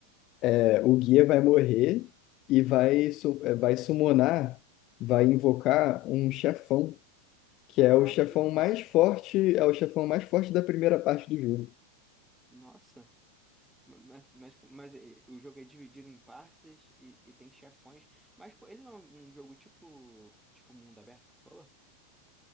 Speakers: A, on the left; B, in the centre.
A: é, o guia vai morrer e vai, su- é, vai summonar, vai invocar um chefão, que
B: Caraca,
A: é o chefão
B: que isso,
A: mais forte,
B: cara?
A: é o chefão mais forte da primeira parte do jogo.
B: Nossa, mas, mas, mas eh, o jogo é dividido em partes e, e tem chefões. Mas pô, ele não é um jogo tipo, tipo mundo aberto que tu falou?